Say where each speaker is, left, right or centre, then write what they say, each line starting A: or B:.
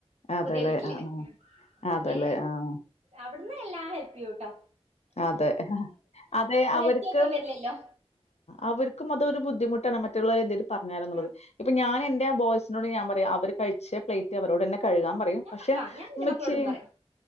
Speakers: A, on the left (about 80°); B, on the right (about 80°).
A: അതേല്ലേ.
B: പുതിയ വീട്ടില്
A: ആഹ് ആഹ്.
B: അപ്പൊ ഇനി
A: അതേല്ലേ. ആഹ്.
B: അവിടുന്ന് എല്ലാവരും പിയൂ ട്ടോ
A: അതെ അതെ അവർക്കും
B: എത്തിയേക്കാൻ വരില്ലല്ലോ
A: അവർക്കും അതൊരു ബുദ് ബുധിമട്ടണ് മറ്റുള്ളരെ എന്തെരും പറഞ്ഞാലോള്ളത്
B: ആ
A: ഇപ്പൊ ഞാൻ ൻ്റെ ബോയ്സിനോട് ഞാൻ പറയാ അവര് കഴിച്ച പ്ലേറ്റ് അവരോട് തന്നെ കഴുകാൻ പറയും
B: ഞാൻ
A: പക്ഷെ
B: വെക്കാ ഞാൻ എന്റെ
A: ഉമ്മച്ചി
B: മക്കളോടും പറയും